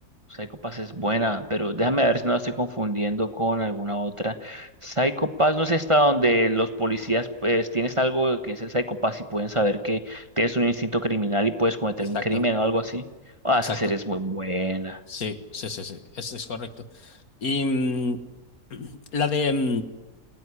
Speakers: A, on the right; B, on the left.
A: Psycho Pass es buena, pero déjame ver si no la estoy confundiendo con alguna otra. Psycho Pass no es esta donde los policías pues tienes algo que es el Psycho Pass y pueden saber que tienes un instinto criminal y puedes cometer
B: Exacto,
A: un crimen o algo así. Ah,
B: exacto.
A: esa serie es muy buena.
B: Sí, sí, sí, sí. Es, es correcto. Y mm, la de. mm,